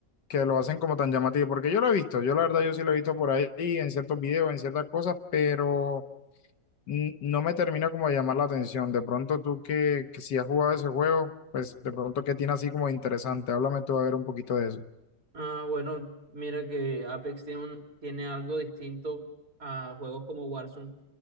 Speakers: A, on the left; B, on the right.
A: que lo hacen como tan llamativo, porque yo lo he visto, yo la verdad yo sí lo he visto por ahí en ciertos videos, en ciertas cosas, pero n- no me termina como de llamar la atención. De pronto tú que, que si has jugado ese juego, pues de pronto qué tiene así como interesante, háblame tú a ver un poquito de eso.
B: Ah, bueno, mira que Apex tiene, un- tiene algo distinto a juegos como Warzone,